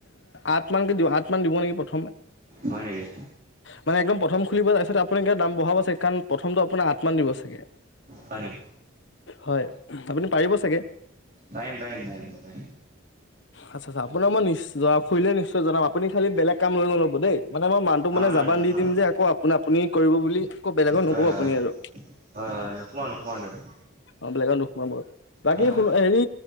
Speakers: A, on the left; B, on the right.
A: আঠ মানকে দিওঁ আঠ। আঠ মান দিব নেকি প্ৰথম।
B: হয় নেকি।
A: মানে একদম প্ৰথম খুলিব তাৰপিছত আপোনি একে দাম বহাব চাগে কাৰণ প্ৰথমটো আপোনাক আঠমান দিবা চাগে।
B: হয় নেকি।
A: হয় আপুনি পাৰিব চাগে।
B: পাৰিম, পাৰিম পাৰিম পাৰিম
A: আচ্ছা আচ্ছা আপোনাৰ মই নি শুইলে নিশ্চয় জনাম আপুনি খালি বেলেগ কাম লৈ নলব দেই মানে মই মানুহটোক
B: নহয়
A: মানে
B: নহয়
A: জাবান
B: নহয়
A: দি
B: নহয়
A: দিম যে। ক আপুনা আপুনি কৰিব বুলি। বেলেগত
B: হয়
A: নক'ব
B: হয়
A: আপুনি আৰু
B: হয় হয় নোসোমাওঁ নোসোমাওঁ দিয়ক।
A: অ বেলেগত নোসোমাব বাকী
B: হয়
A: শুন হেৰি